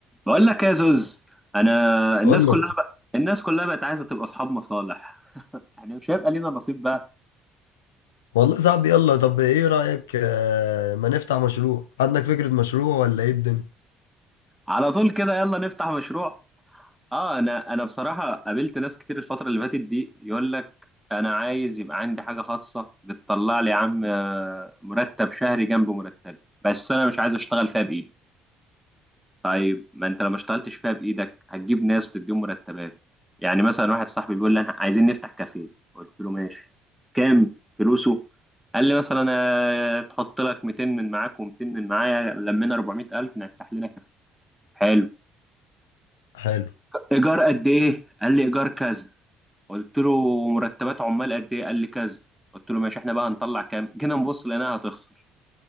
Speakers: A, in the centre; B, on the left.
A: بقول لك يا زوز انا الناس
B: قول
A: كلها
B: لي
A: بقى الناس كلها بقت عايزه تبقى اصحاب مصالح يعني مش هيبقى لينا نصيب بقى
B: والله صعب يلا طب ايه رأيك آه، ما نفتح مشروع عندك فكرة مشروع ولا ايه الدنيا
A: على طول كده يلا نفتح مشروع اه انا انا بصراحه قابلت ناس كتير الفتره اللي فاتت دي يقول لك انا عايز يبقى عندي حاجه خاصه بتطلع لي يا عم آه، مرتب شهري جنب مرتب بس انا مش عايز اشتغل فيها بايدي طيب ما انت لو ما اشتغلتش فيها بايدك هتجيب ناس وتديهم مرتبات يعني مثلا واحد صاحبي بيقول لي انا عايزين نفتح كافيه قلت له ماشي كام فلوسه قال لي مثلا آه، تحط لك 200 من معاك و200 من معايا لمينا 400000 نفتح لنا كافيه حلو
B: حلو
A: ايجار قد ايه قال لي ايجار كذا قلت له مرتبات عمال قد ايه قال لي كذا قلت له ماشي احنا بقى هنطلع كام جينا نبص لقيناها هتخسر